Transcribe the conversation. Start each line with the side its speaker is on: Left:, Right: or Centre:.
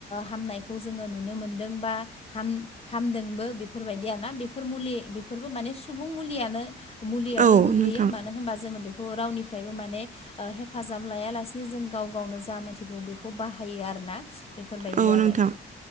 Left: हामनायखौ जोङो नुनो मोनदों बा हाम-हामदोंबो बेफोरबायदिआ ना बेफोर मुलि बेफोरबो माने सुबुं मुलियानो मुलियावनो
Right: औ
Left: गोग्लैयो
Right: नोंथां
Left: मानो होनबा जोङो बेखौ रावनिफ्रायबो माने हेफाजाब लायालासिनो जों गाव गावनो जा मोनथिगौ बेखौ बाहायो आरोना। बेफोरबायदि
Right: औ
Left: आरो।
Right: नोंथां